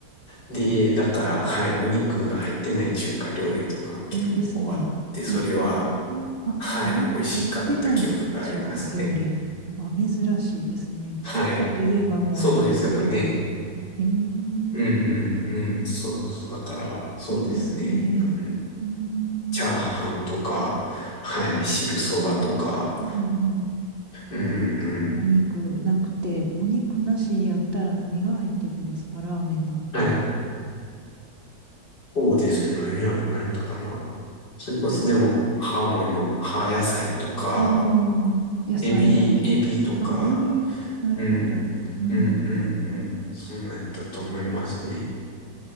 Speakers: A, on the left; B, on the right.
A: で、だから、はい、お肉が入ってない中華料理とか結構あって、
B: いいですね。
A: それは、
B: うんあ、
A: はい、
B: お肉入ってない中華料理は珍しいですね。
A: 美味しかった記憶がありますね。はい。
B: 中華といえばもうお肉料理。
A: そうですよね。
B: えー、
A: うんうんうん。そうそう。だから、そうですね。
B: いいですね。
A: うん。
B: うん、
A: チャーハンとか、はい、汁そばとか、
B: うん、うん。
A: うんうん。
B: お肉なくて、お肉なしやったら何が入ってるんですかラーメンなんか。
A: はい。そうですね。何や、何やったかな。それこそ、でも、葉物、葉野菜とか、
B: ああ、野菜だけ。
A: エビ、エビとか、
B: あ、エビ、なるほど。
A: うん。
B: うん。
A: うんうんうん。そんなんやったと思いますね。